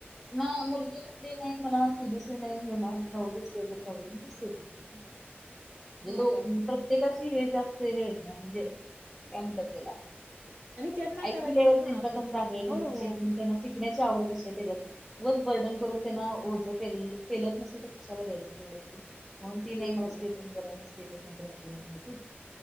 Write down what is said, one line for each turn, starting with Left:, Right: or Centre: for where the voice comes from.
Centre: नाय मुलगीमध्ये नाही झाला सी बी एस सी नाही होणार जाऊ दे स्टेटच राहू दे दिसते. म्हणजे
Right: हो
Centre: दो
Right: का?
Centre: प्रत्येकाची हे जास ते हे <unintelligible> म्हणजे काय म्हणतात त्याला
Right: आणि त्यांना
Centre: आई
Right: करायचंय
Centre: क्यू लेवल
Right: ना
Centre: त्यांचा
Right: आपण
Centre: कसं आहे
Right: हो,
Centre: त्यांचे
Right: हो.
Centre: म्हणून त्यांना शिक शिकण्याची आवड कशी आहे त्याच्यावरून वर बर्डन करून त्यांना ओझा केलं केलत नसत तिथं कशाला द्याचं तेवढ ते म्हणून ती
Right: तेच
Centre: नाही मला
Right: ना.
Centre: स्टेटस बरा आहेस. तिथं पण राहते म्हणते ती.